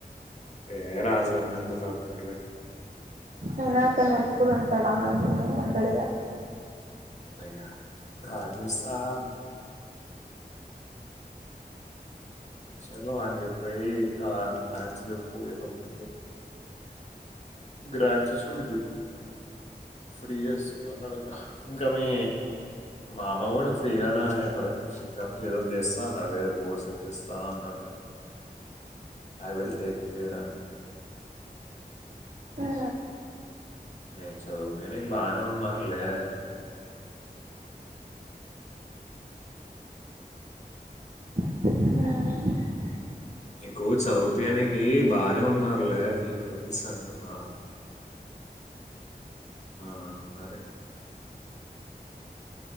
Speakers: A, on the left (about 45°); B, on the right (about 50°).
A: ఏ రాజ్ జొన్న ఎందుకాపుతార్లే
B: అవునా తను ఎప్పుడు ఉంటాడా అందునే ఉండడుగా
A: అంతేగా రాజు సాబ్ చలో ఆయన చెప్పేయ్ ఇక ఆయన చెప్పు ఏదో ఒకటి చెప్పు గ్రాచసూడు గిఫ్ట్ ఫ్రీగా ఇస్తానన్నాడంట ఇంకా మీ మా మామ కూడా ఫ్రీగానే ఎత్తది <unintelligible> ఇంకా ఏదో చేస్తా అన్నాడుగా ఏదో కోర్సు ఇప్పిస్తా అన్నాడుగా ఐ విల్ టేక్ కేర్ అని
B: హూ
A: నే చదువుకొని బానే ఉన్నారులే
B: హ్మ్మ్
A: ఎక్కువ చదువుపినికి బానే ఉన్నారులే పీపుల్స్ అంటునా ఆ అరే